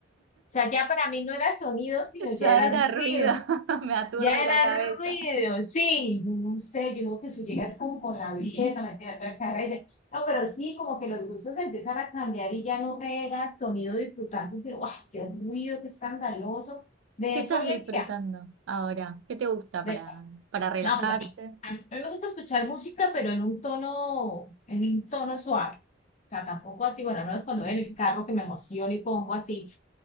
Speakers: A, on the left; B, on the right.
A: sea, ya para mí no era sonido, sino ya
B: Ya
A: era
B: era
A: ruido.
B: ruido, <laughs> me aturde
A: Ya
B: la
A: era
B: cabeza.
A: ruido, sí, yo no sé, yo creo que si llegas como con la vieja, me tiene la cara y ya- No, pero sí, como que los gustos empiezan a cambiar y ya no era sonido disfrutante, sino, ¡guau! ¡Qué ruido, qué escandaloso! De
B: ¿Qué
A: hecho,
B: estás
A: hoy
B: disfrutando
A: en día,
B: ahora? ¿Qué te gusta
A: de-
B: para, para relajarte?
A: no, pues a mí, a mí me gusta escuchar música, pero en un tono, en un tono suave. O sea, tampoco así, bueno, no es cuando voy en el carro que me emociono y pongo así